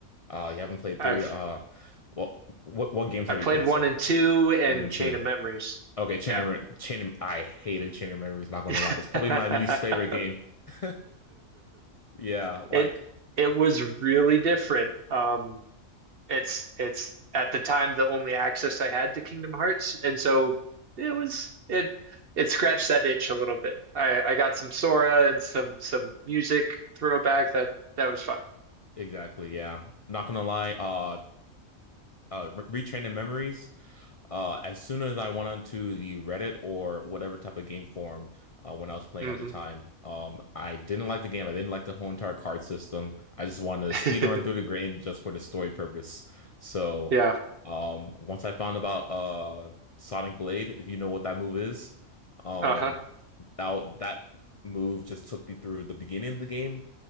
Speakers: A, on the left; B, on the right.
A: Uh, you haven't played
B: I've
A: 3. Uh, well, what what games
B: I've
A: have you
B: played
A: played
B: one
A: so?
B: and two and
A: 1 and
B: Chain
A: 2.
B: of Memories.
A: Okay, Chain
B: Yeah.
A: of Mem- Chain of- I hated Chain of Memories, not gonna
B: <laughs>
A: lie. It's probably my least favorite game. <laughs> Yeah, like
B: It it was really different. Um, it's it's at the time the only access I had to Kingdom Hearts, and so it was it it scratched that itch a little bit. I I got some Sora and some some music throwback that that was fun.
A: exactly, yeah. Not gonna lie. Uh uh Re- Retraining Memories Uh, as soon as I went onto the Reddit or whatever type of game forum uh, when I was playing
B: hmm
A: at the time, um, I didn't like the game. I didn't like the whole entire card system. I just wanted to
B: <laughs>
A: speed run through the game just for the story purpose. So,
B: Yeah.
A: um, once I found about uh, Sonic Blade, if you know what that move is, um,
B: Uh-huh.
A: that that move just took me through the beginning of the game